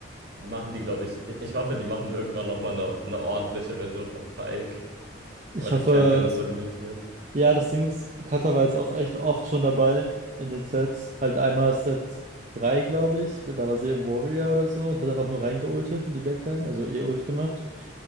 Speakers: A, on the right; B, on the right.
A: machen die, glaube ich, ich ich hoffe, die machen irgendwann nochmal eine, eine ordentliche Version von Pike.
B: Ich
A: Aber der
B: hoffe,
A: Champion ist so limitiert.
B: ja, das Ding ist, Cutter war jetzt auch echt oft schon dabei in den Sets. Halt einmal Set 3, glaube ich. Da war sie im Warrior oder so und hat einfach nur reingeultet in die Backline, also E-Ult gemacht.